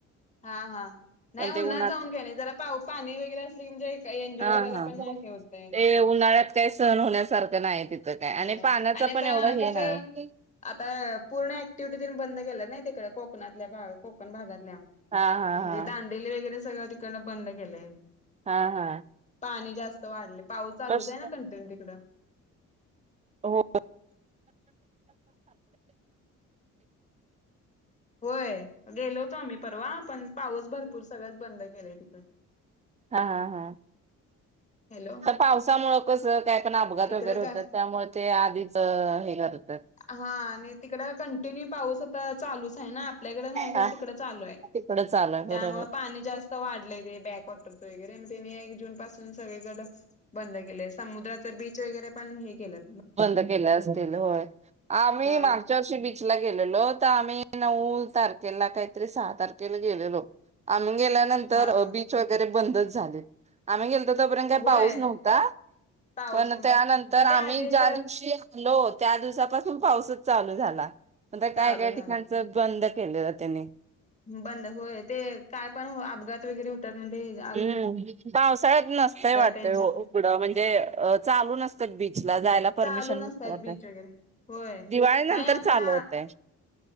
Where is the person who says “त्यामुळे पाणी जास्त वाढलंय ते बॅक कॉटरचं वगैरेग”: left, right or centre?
Left